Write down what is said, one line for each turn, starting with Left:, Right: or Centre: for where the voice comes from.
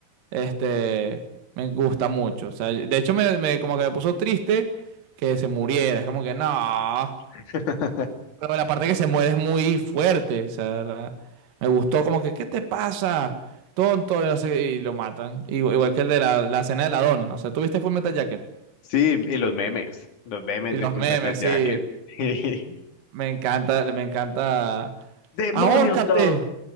Right: Este, me gusta mucho. O sea, de hecho, me, me- como que me puso triste que se muriera. Es como que no.
Left: <laughs>
Right: Pero la parte que se muere es muy fuerte. O sea, la- me gustó como que, ¿qué te pasa? Tonto, y no sé, y lo matan. Igual, igual que el de la, la cena de la dona, ¿no? O sea, ¿tuviste Full Metal Jacket?
Left: Sí, y los memes, los memes
Right: Y los
Left: de Full
Right: memes,
Left: Metal Jacket.
Right: sí.
Left: <laughs>
Right: Me encanta, me encanta.
Left: ¡Demonios,
Right: ¡Ahórcate!
Left: Dog!